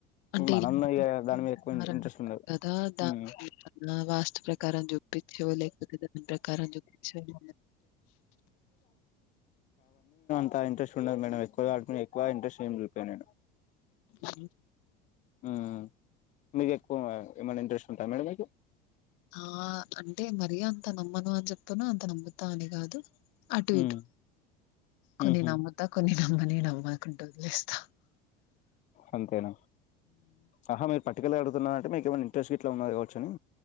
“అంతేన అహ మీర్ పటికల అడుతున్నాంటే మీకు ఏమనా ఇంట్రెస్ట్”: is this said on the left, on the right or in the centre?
Left